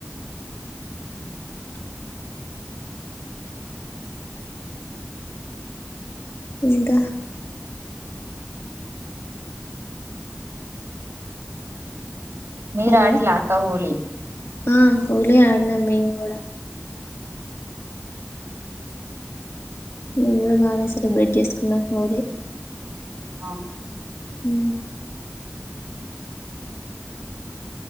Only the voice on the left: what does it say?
<inaudible> ఇంకా
హలో
ఆ హోలీ ఆడినం మెమ్ కూడా నేను కూడా బాగానే సెలబ్రేట్ చేసు న్నా అరి <unintelligible>
ఉ